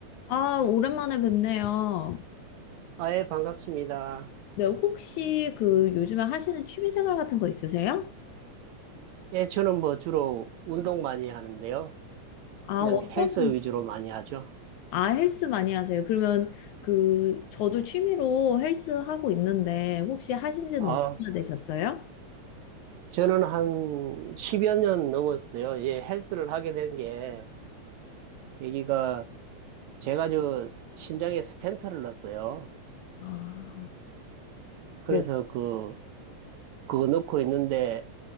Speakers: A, on the left; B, on the right.
A: 아, 오랜만에 뵙네요.
B: 아, 예, 반갑습니다.
A: 네, 혹시 그 요즘에 하시는 취미생활 같은 거 있으세요?
B: 예, 저는 뭐 주로 운동 많이 하는데요.
A: 아,
B: 그냥
A: 어떤,
B: 헬스 위주로 많이 하죠.
A: 아, 헬스 많이 하세요? 그러면 그, 저도 취미로 헬스 하고 있는데, 혹시 하신 지는
B: 아,
A: 얼마나 되셨어요?
B: 저는 한 십여 년 넘었어요. 예, 헬스를 하게 된 게, 계기가, 제가 저 심장에 스탠트를 넣었어요.
A: 아,
B: 그래서
A: 네.
B: 그, 그거 넣고 있는데,